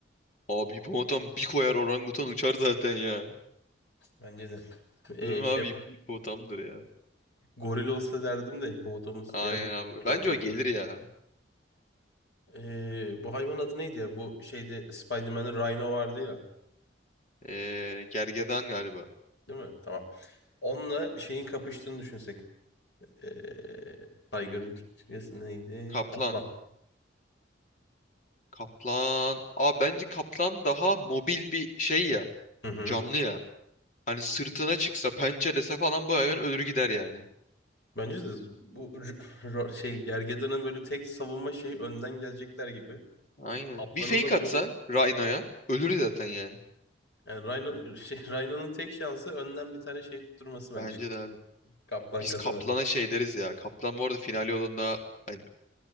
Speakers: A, on the left (about 40°); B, on the left (about 70°).
A: Abi hipopotam bir koyar orangutan uçar zaten ya.
B: Bence de.
A: Değil mi
B: E, şey,
A: abi? Hip- Hipopotamdır ya.
B: goril olsa derdim de hipopotamus
A: Aynen
B: yer ya,
A: abi.
B: kocaman
A: Bence o gelir
B: bir şey.
A: ya.
B: E, bu hayvan adı neydi ya? Bu şeyde Spider-Man'de Rhino vardı ya.
A: Ee, gergedan galiba.
B: Değil mi? Tamam. Onunla şeyin kapıştığını düşünsek. Eee Tiger'ın Türkçesi neydi?
A: Kaplan.
B: Kaplan.
A: Kaplan. Abi bence kaplan daha mobil bir şey ya.
B: Hı hı.
A: Canlı ya. Hani sırtına çıksa, pençelese falan bu hayvan ölür gider yani.
B: Bence de bu r- r- şey Gergedan'ın böyle tek savunma şeyi önden gelecekler gibi.
A: Aynen.
B: Kaplan'ın
A: Bir fake
B: da bu
A: atsa Rhino'ya ölür zaten yani.
B: yani Rhino, <laughs> şey, Rhino'nun tek şansı önden bir tane şey tutturması bence.
A: Bence de abi.
B: Kaplan
A: Biz
B: kazanır.
A: Kaplan'a şey deriz ya. Kaplan bu arada final yolunda hani